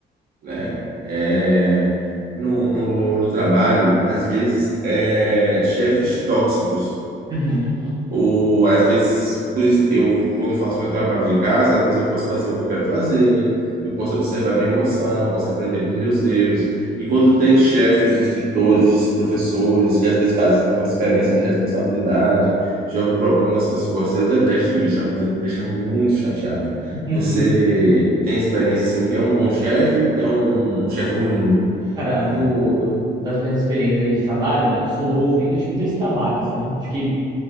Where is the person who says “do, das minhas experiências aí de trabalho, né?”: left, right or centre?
Right